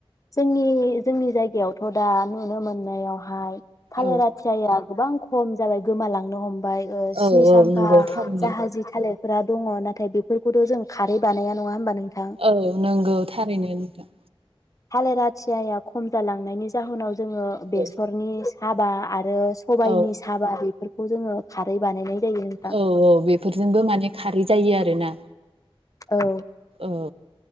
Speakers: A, on the left; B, on the right.
A: जोंनि जोंनि जायगायावथ' दा नुनो मोननायावहाय थालिर
B: औ
A: आथियाया गोबां खम जाबाय गोमालांनो हम बाय ओ
B: औ
A: सि्नि
B: औ
A: साम्फा
B: नंगौ थारैनो
A: जाहाजि थालिर फोरा दङ नाथाय बेफोरखौथ' जों खारै बानाया नङा होमबा नोंथां
B: औ नंगौ थारैनो नोंथां
A: थालिरा आथियाया खम जालांनायनि जाहोनाव जोङो बेसरनि
B: औ
A: हाबा आ आरो सबाइनि
B: औ
A: साबा बेफोर खौ जोङो खारै बानायनाय जायो नोंथां
B: औ औ बेफोरजोंबो माने खारै जायो आरोना
A: औ
B: औ